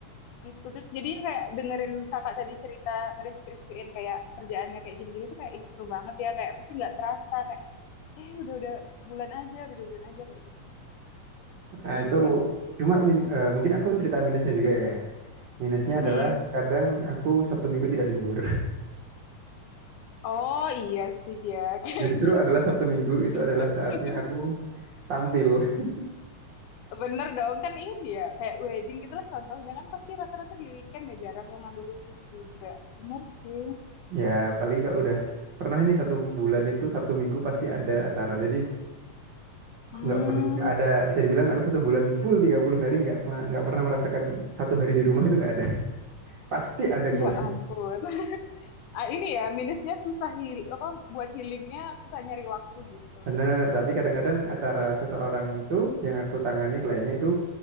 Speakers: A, on the left; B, on the right.
A: Gitu. Terus jadi kayak dengerin kakak tadi cerita ngedeskripsiin kayak kerjaannya kayak gini-gini tuh kayak "Ih, seru banget ya. Kayak pasti nggak terasa kayak eh udah-udah sebulan aja, udah dua bulan aja kayak gitu. Seru
B: Nah, itu
A: sih.
B: cuma min, eh, mungkin aku cerita minusnya juga ya kayak. Minusnya
A: mm
B: adalah kadang aku Sabtu Minggu tidak libur.
A: Oh iya sih ya
B: <laughs>
A: kayak
B: Justru
A: gitu.
B: adalah Sabtu Minggu itu adalah
A: <laughs>
B: saatnya aku tampil. <laughs>
A: Bener dong, kan ini ya, kayak wedding gitu lah contohnya kan pasti rata-rata di weekend ya, jarang yang ngambil weekdays juga. Bener sih.
B: Ya, apalagi kalau udah pernah ini satu bulan itu Sabtu Minggu pasti ada acara. Jadi aku
A: Hmm,
B: nggak pernah nggak ada bisa dibilang aku satu bulan full 30 hari nggak ma- nggak pernah merasakan satu hari di rumah itu nggak ada. <laughs> Pasti ada keluar.
A: ya ampun. <laughs> Ah, ini ya, minusnya susah heal, apa, buat healingnya susah nyari waktu gitu.
B: Bener, tapi kadang-kadang acara
A: Heeh.
B: seseorang itu yang aku tangani kliennya itu